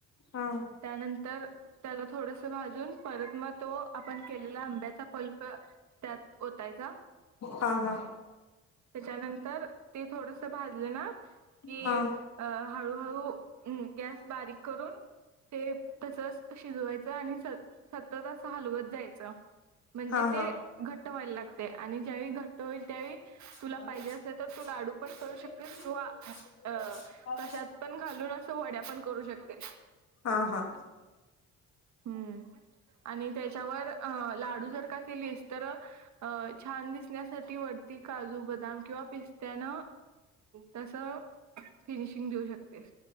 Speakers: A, on the left; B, on the right.
A: हा.
B: त्यानंतर त्याला थोडस भाजून परत मग तो आपण केलेला आंब्याचा पल्प त्यात ओतायचा.
A: हा हा.
B: त्याच्यानंतर ते थोडस भाजलं ना की
A: हा
B: अह हळूहळू अम गॅस बारीक करून ते तसच शिजवायचं आणि स सतत अस हलवत जायचं म्हणजे
A: हा
B: ते
A: हा
B: घट्ट व्हायला लागतय आणि ज्यावेळी घट्ट होईल त्यावेळी
A: <inaudible>
B: तुला पाहिजे असलं तर तू लाडू पण करू शकतेस किंवा अ कशात पण घालून असं वड्या पण करू शकतय.
A: हा हा
B: हम्म आणि त्याच्यावर अह लाडू जर का केलीस तर अह छान दिसण्यासाठी वर काजू, बदाम किंवा पिस्त्यान तस फिनिशिंग देऊ शकतेस.